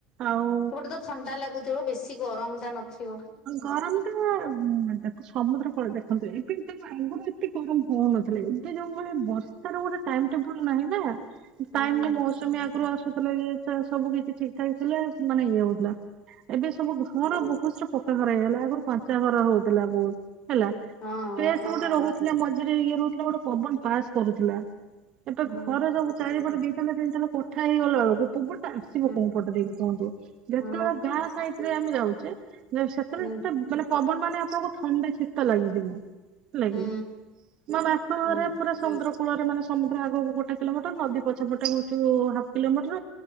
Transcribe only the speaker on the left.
ସେପଟେ ତ ଥଣ୍ଡା ଲାଗୁଥିବ ବେଶୀ ଗରମ ଟା ନଥିବ ହୁଁ।
ହୁଁ
ହଁ ହଁ
ହୁଁ
ହୁଁ
ହଁ
ହୁଁ
ହୁଁ
ହୁଁ